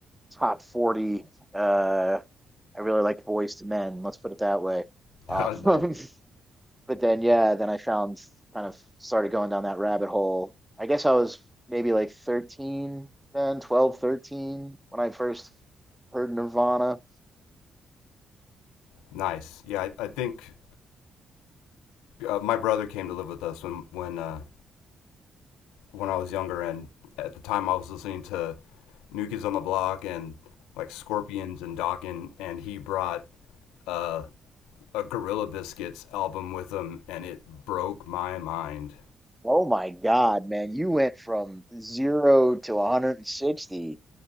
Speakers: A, in the centre; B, on the left.
A: top 40 uh I really liked boys to men. Let's put it that way.
B: <laughs>
A: Um,
B: nice,
A: <laughs> but then, yeah, then I found kind of started going down that rabbit hole. I guess I was maybe like 13, then 12, thirteen, when I first heard Nirvana.
B: nice. Yeah, I, I think uh, my brother came to live with us when when uh, when I was younger, and at the time I was listening to New Kids on the Block and like Scorpions and Dokken, and he brought uh, a Gorilla Biscuits album with him, and it broke my mind.
A: Oh my God, man, you went from zero to 160.